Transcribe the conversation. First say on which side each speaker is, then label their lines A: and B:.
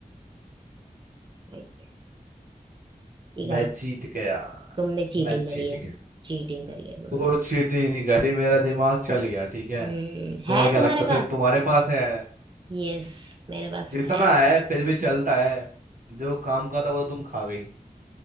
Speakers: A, on the right; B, on the right.
A: सही है ये
B: मैं
A: गलत
B: जीत गया
A: तुमने चीटिंग
B: मैं जीत
A: करी है
B: गया
A: चीटिंग करी है तुमने
B: कोई चीट नहीं करी मेरा दिमाग चल गया ठीक है
A: हम्म
B: तुम्हें
A: है बताओ
B: क्या
A: तुम्हारे
B: लगता है सिर्फ
A: पास
B: तुम्हारे पास है
A: यस मेरे पास
B: जितना
A: है
B: है फिर भी चलता है जो काम का था वो तो तुम खा गई